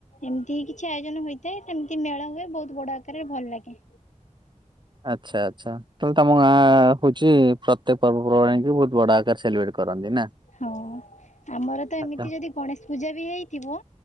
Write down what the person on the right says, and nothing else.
ଆଚ୍ଛା ଆଚ୍ଛା ତାହେଲେ ତମ ଗାଁ ହଉଛି ପ୍ରତ୍ୟେକ ପର୍ବପର୍ବାଣୀ ବହୁତ ବଡ ଆକାର ସେିବ୍ରେଟ କର କରନ୍ତି ନା
ଆଚ୍ଛା